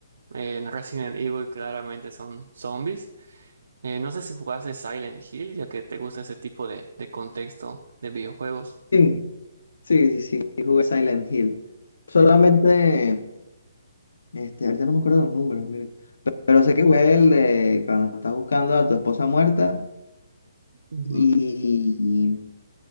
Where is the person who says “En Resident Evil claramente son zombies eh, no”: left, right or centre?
Right